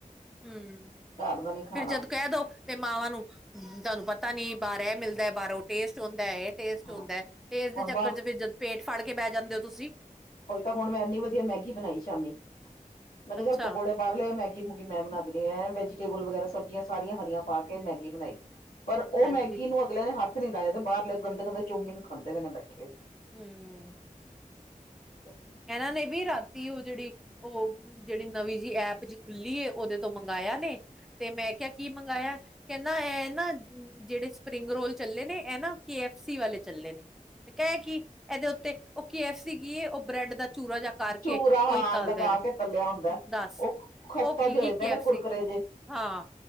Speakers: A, in the centre; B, on the left (about 70°).
A: ਹੂੰ
B: ਘਰ ਦਾ ਨੀ ਖਾਣਾ
A: ਫਿਰ ਜਦੋਂ ਕਹਿ ਦੋ ਤੇ ਮਾਵਾਂ ਨੂੰ ਤੁਹਾਨੂੰ ਪਤਾ ਨੀ ਬਾਹਰ ਇਹ ਮਿਲਦਾ ਬਾਹਰੋਂ ਟੇਸਟ ਹੁੰਦਾ ਹੈ ਇਹ ਟੇਸਟ
B: ਹਾਂ
A: ਹੁੰਦਾ ਹੈ ਟੇਸਟ ਦੇ
B: ਹੁਣ ਬਾਹ
A: ਚੱਕਰ ਚ ਜਦ ਫੇਰ ਪੇਟ ਫੜ ਕੇ ਬਹਿ ਜਾਂਦੇ ਹੋ ਤੁਸੀਂ।
B: ਉਹੀ ਤਾਂ ਹੁਣ ਮੈਂ ਇੰਨੀ ਵਧੀਆ ਮੈਗੀ ਬਣਾਈ ਸ਼ਾਮੀ ਮੈਂ ਕਿਹਾ
A: ਅੱਛਾ
B: ਚੱਲ ਪਕੌੜੇ ਬਾਹਰ ਲਿਆ ਮੈਗੀ ਮੂਗੀ ਮੈਂ ਬਣਾ ਦੇਣੀ ਹ ਵੈਜੀਟੇਬਲ ਵਗੈਰਾ ਸਬਜ਼ੀਆਂ ਸਾਰੀਆਂ ਹਰੀਆ ਪਾ ਕੇ ਮੈਗੀ ਬਣਾਈ। ਪਰ ਉਹ
A: ਹਾਂਜੀ
B: ਮੈਗੀ ਨੂੰ ਅਗਲਿਆ ਨੇ ਹੱਥ ਨੀ ਲਾਇਆ ਤੇ ਬਾਹਰ ਗੰਦੇ ਗੰਦੇ ਚੌਮੀਨ ਖਾਂਦੇ ਪਏ ਨੇ ਬੈਠੇ।
A: ਹੂੰ ਹੂੰ।
B: <inaudible>
A: ਇਹਨਾਂ ਨੇ ਵੀ ਰਾਤੀ ਉਹ ਜਿਹੜੀ ਉਹ ਜਿਹੜੀ ਨਵੀਂ ਜਿ ਐਪ ਜੀ ਖੁੱਲੀ ਏ ਉਹਦੇ ਤੋਂ ਮੰਗਾਇਆ ਨੇ ਤੇ ਮੈਂ ਕਿਹਾ ਕੀ ਮੰਗਾਇਆ। ਕਹਿੰਦਾ ਇਹ ਨਾ ਜਿਹੜੇ ਸਪਰਿੰਗ ਰੋਲ ਚੱਲੇ ਨੇ ਇਹ ਨਾ ਕੇ ਐਫ ਸੀ ਵਾਲੇ ਚੱਲੇ ਨੇ। ਮੈਂ ਕਿਹਾ ਇਹ ਕੀ ਇਹਦੇ ਉੱਤੇ ਉਹ ਕੇ ਐਫ ਸੀ ਉਹ ਬ੍ਰੈਡ ਦਾ ਚੂਰਾ ਜਾ ਕਰਕੇ
B: ਚੂਰਾ
A: ਉਹੀ
B: ਹਾਂ
A: ਤਲਦੇ
B: ਲਗਾ
A: ਨੇ
B: ਕੇ ਤਲਿਆ ਹੁੰਦਾ
A: ਦੱਸ
B: ਉਹ ਖਸਤਾ
A: ਉਹ ਕੀ
B: ਜੇ ਹੋ
A: ਕੀ
B: ਜਾਂਦੇ
A: ਕੇ
B: ਨੇ
A: ਐਫ ਸੀ।
B: ਕੁਰਕਰੇ ਜੇ
A: ਹਾਂ